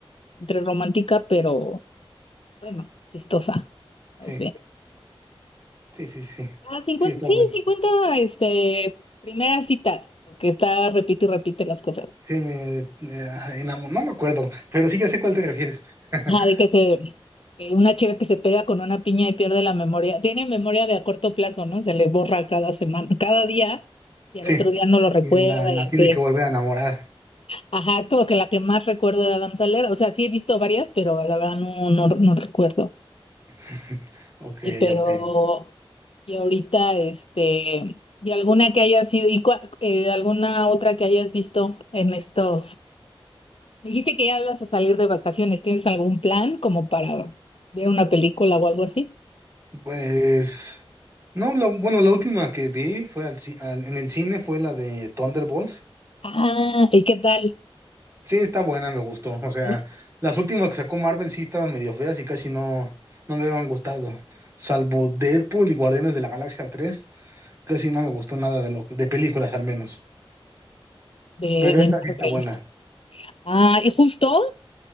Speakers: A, on the left; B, on the right.
A: entre romántica, pero bueno, chistosa, más
B: Sí,
A: bien.
B: sí, sí, sí.
A: Ah, cincuenta
B: Sí, está
A: sí,
B: bueno.
A: cincuenta este, primeras citas, porque está, repite y repite las cosas.
B: Sí, me, enamoró, no me acuerdo, pero sí ya sé cuál te refieres. <laughs>
A: Ajá, de que se, que una chica que se pega con una piña y pierde la memoria, tiene memoria de a corto plazo, ¿no? Se le borra cada semana, cada día, y
B: Sí,
A: al otro día no lo recuerda
B: y la, la
A: y así.
B: tiene que volver a enamorar.
A: Ajá, es como que la que más recuerdo de Adam Sandler, o sea, sí he visto varias, pero la verdad no, no, no recuerdo.
B: <laughs> Ok,
A: Y pero,
B: ok.
A: y ahorita, este, y alguna que haya sido, y cua- eh, alguna otra que hayas visto en estos. Me dijiste que ya ibas a salir de vacaciones. ¿Tienes algún plan como para ver una película o algo así?
B: Pues, no, lo- bueno, la última que vi fue al ci- al- en el cine fue la de Thunderbolts.
A: Ah, ¿y qué tal?
B: Sí, está buena, me gustó. O sea,
A: De,
B: las últimas que sacó Marvel sí estaban medio feas y casi no, no me habían gustado. Salvo Deadpool y Guardianes de la Galaxia 3, casi no me gustó nada de lo que- de películas al menos.
A: de
B: Pero esta sí
A: Marvel.
B: está buena.
A: Ah, y justo